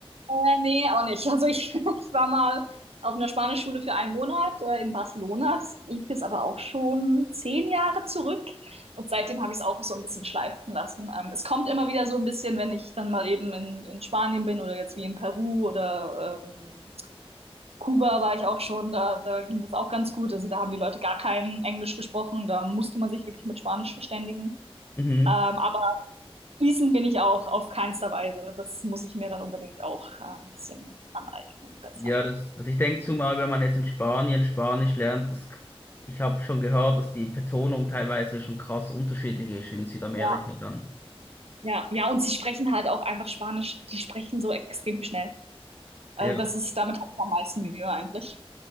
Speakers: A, on the right; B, on the left.
A: Äh, nee, auch nicht. Also ich, <laughs> ich war mal auf einer Spanischschule für einen Monat äh, in Barcelona. Das liegt jetzt aber auch schon zehn Jahre zurück. Und seitdem habe ich es auch so ein bisschen schleifen lassen. Ähm, es kommt immer wieder so ein bisschen, wenn ich dann mal eben in, in Spanien bin oder jetzt wie in Peru oder ähm, Kuba war ich auch schon. Da, da ging das auch ganz gut. Also da haben die Leute gar kein Englisch gesprochen. Da musste man sich wirklich mit Spanisch verständigen.
B: Mhm.
A: Ähm, Fließen bin ich auch auf keinster Weise. Das muss ich mir dann unbedingt auch äh, ein bisschen aneignen, besser.
B: Ja, das, also ich denke zumal, wenn man jetzt in Spanien Spanisch lernt, das, ich habe schon gehört, dass die Betonung teilweise schon krass unterschiedlich ist in Südamerika
A: Ja.
B: dann.
A: Ja, ja, und sie sprechen halt auch einfach Spanisch. Die sprechen so extrem schnell. Also
B: Ja.
A: das ist, damit habe ich am meisten Mühe eigentlich.